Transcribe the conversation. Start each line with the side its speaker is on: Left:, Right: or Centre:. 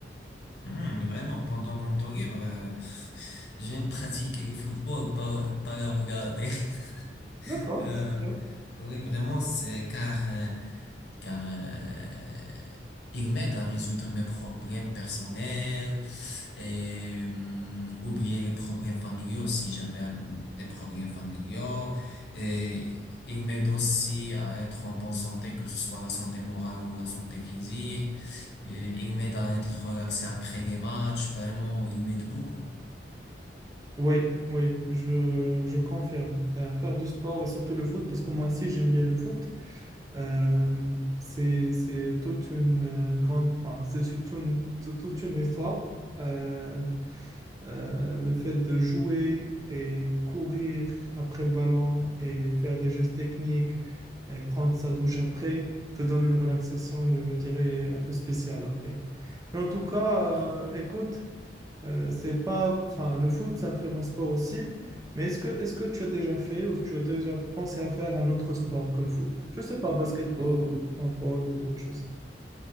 Left: Hmm, vraiment, pendant mon temps libre, euh, j'aime pratiquer le football, pas, pas le regarder. <laughs>
Right: D'accord,
Left: Euh,
Right: c'est bien.
Left: oui, vraiment, c'est car, euh, car euh, il m'aide à résoudre mes problèmes personnels et hum, oublier les problèmes familiaux si j'avais hum, des problèmes familiaux. Et il m'aide aussi à être en bonne santé, que ce soit la santé morale ou la santé physique. Et il m'aide à être relaxé après les matchs. Vraiment, il m'aide beaucoup.
Right: Oui, oui, je, je confirme. Euh, faire du sport et surtout le foot, parce que moi aussi j'aime bien le foot. Euh, c'est, c'est toute une euh, grande, enfin, c'est toute une, tout- toute une histoire. Euh, euh, le fait de jouer et courir après le ballon et faire des gestes techniques et prendre sa douche après te donne une relaxation, je dirais, un peu spéciale après. Mais en tout cas,
Left: Ah,
Right: euh, écoute, euh, c'est pas, enfin, le foot, c'est un très bon sport aussi, mais est-ce que, est-ce que tu as déjà fait ou tu as déjà pensé à faire un autre sport que le foot? Je sais pas, basketball
Left: oh,
Right: ou handball ou autre chose.